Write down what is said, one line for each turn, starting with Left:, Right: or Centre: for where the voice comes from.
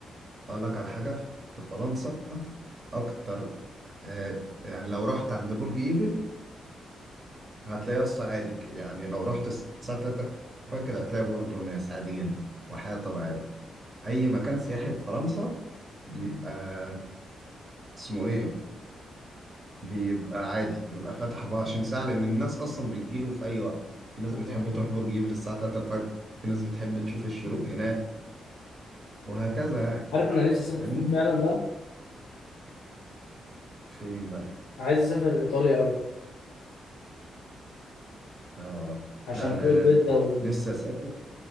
Right: أقول لك على حاجة في فرنسا أكتر آه، يعني لو رحت عند برج إيفل هتلاقي أصلا عادي ك- يعني لو رحت الساعة 3 الفجر هتلاقي برضه ناس عادي جدا وحياة طبيعية أي مكان سياحي في فرنسا بيبقى اسمه إيه بيبقى عادي بيبقى فاتح 24 ساعة لأن الناس أصلا بتجيله في أي وقت في ناس
Left: آه.
Right: بتحب تروح برج إيفل الساعة 3 الفجر في ناس بتحب تشوف الشروق هناك وهكذا يعني
Left: عارف انا نفسي اسافر
Right: فاهمني
Left: فين فعلا بقى
Right: فين بقى
Left: عايز اسافر ايطاليا قوي
Right: آه
Left: عشان
Right: لا
Left: ادوق
Right: أنا
Left: البيتزا وال
Right: نفسي أسافر